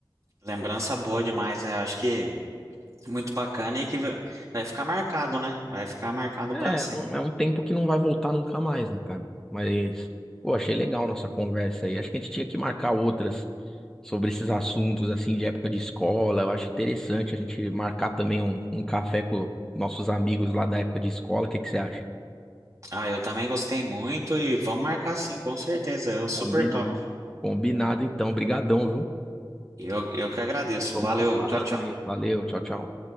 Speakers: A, on the right (about 40°); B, in the centre.
A: Lembrança boa demais, né? Eu acho que muito bacana e que vai vai ficar marcado, né? Vai ficar marcado
B: É,
A: para sempre.
B: é um- é um tempo que não vai voltar nunca mais, né, cara? Mas, pô, achei legal nossa conversa aí. Acho que a gente tinha que marcar outras sobre esses assuntos, assim, de época de escola. Eu acho interessante a gente marcar também um, um café com nossos amigos lá da época de escola. O que que você acha?
A: Ah, eu também gostei muito e vamos marcar sim, com certeza. Eu
B: Combinado.
A: super top.
B: Combinado, então. brigadão, viu?
A: E Eu, eu que agradeço.
B: Vamos
A: Valeu,
B: se falando
A: tchau, tchau.
B: aí. Valeu, tchau, tchau.